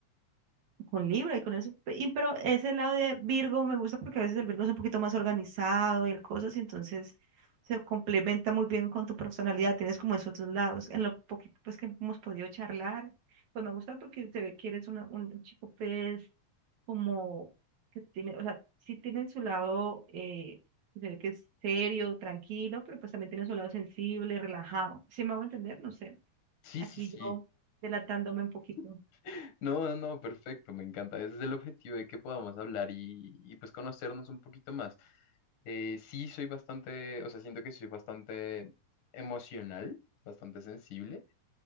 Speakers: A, on the right; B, on the left.
A: con Libra y con ese, y- pero ese lado de Virgo me gusta porque a veces el Virgo es un poquito más organizado y el cosas, y entonces se complementa muy bien con tu personalidad, tienes como esos dos lados. En lo poquito pues que hemos podido charlar, pues me gusta porque se ve que eres una- un chico pues como que tiene, o sea, sí tiene su lado, eh, se ve que es serio, tranquilo, pero pues también tiene su lado sensible, relajado. ¿Sí me hago entender? No sé.
B: Sí,
A: Aquí
B: sí, sí.
A: yo delatándome un poquito.
B: <laughs> No, no, no, perfecto, me encanta. Ese es el objetivo de que podamos hablar y, y pues conocernos un poquito más. Eh, sí, soy bastante, o sea, siento que soy bastante emocional, bastante sensible,